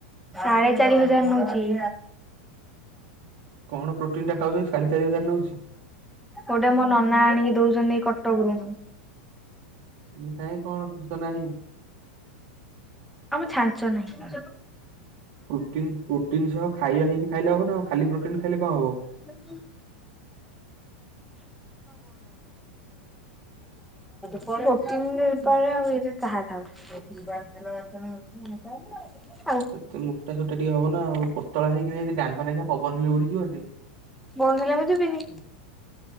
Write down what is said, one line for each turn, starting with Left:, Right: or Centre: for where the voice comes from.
Centre: ସାଢେ ଚାରି ହଜାର ନୋଉଚି।
Right: କଣ ପ୍ରୋଟିନ୍ ଟା ଖାଉଛନ୍ତି ସାଢେ ଚାରି ହଜାର ନଉଛି?
Centre: ଗୋଟେ ମୋ ନନା ଆଣିକି ଦଉଛନ୍ତି କଟକରୁ।
Right: ଏ କାହିଁ କଣ ଦୁସ ନାହିଁ।
Centre: ଆମ ଛାଞ୍ଚ ନାହିଁ। ନ
Right: ପ୍ରୋଟିନ ପ୍ରୋଟିନ ସହ ଖାଇବା ଯେମିତି ଖାଇଲେ ହବ ନା ଆଉ, ଖାଲି ପ୍ରୋଟିନ ଖାଇଲେ କଣ ହବ?
Centre: <unintelligible> ପ୍ରୋଟିନ ପରେ ଆଉ ଇଠି ଚାହା ଖାଉଛି। <unintelligible>
Right: ସେତେ ମୋଟା ସୋଟା ଟିକେ ହବ ନା ଆଉ ପତଳା ହେଇକି, ଯେମିତି ଡାଙ୍ଗ ନା ପବନ ଦେଲେ ଉଡିଯିବ ଯେ।
Centre: ବନ୍ଦ ହେଲା ମୁଁ ଯିବିନି।